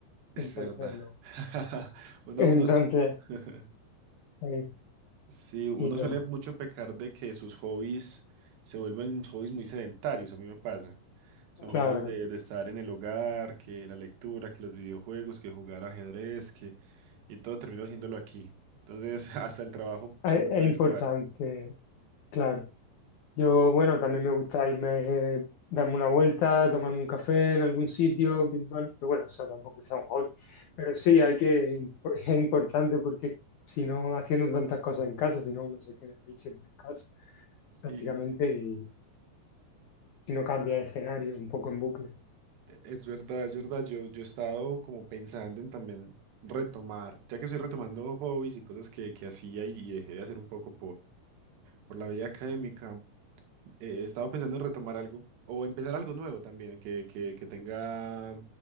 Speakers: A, on the right; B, on the left.
A: Es
B: Entonces,
A: verdad.
B: no.
A: <laughs> Uno,
B: <laughs> Entonces,
A: unos, <laughs>
B: eh,
A: sí, uno
B: y no,
A: suele mucho pecar de que sus hobbies se vuelven hobbies muy sedentarios, a mí me pasa. Son
B: claro.
A: hobbies de, de estar en el hogar, que la lectura, que los videojuegos, que jugar ajedrez, que... Y todo termino haciéndolo aquí. Entonces, <laughs> hasta el trabajo
B: Es,
A: se vuelve
B: es importante,
A: virtual.
B: claro.
A: Ujú.
B: Yo, bueno, también me gusta irme, eh, darme una vuelta, tomarme un café en algún sitio, que, bueno, pero bueno, eso tampoco es un hobby. Pero sí, hay que, <laughs> es importante porque si no, haciendo tantas cosas en casa, si no, uno se queda ahí siempre en casa,
A: Sí,
B: prácticamente, y, y no cambia de escenario, un poco en bucle.
A: e- es verdad, es verdad. Yo, yo he estado como pensando en también retomar, ya que estoy retomando hobbies y cosas que, que hacía y y dejé de hacer un poco Por la vía académica. Eh, estaba pensando en retomar algo o empezar algo nuevo también, que, que, que tenga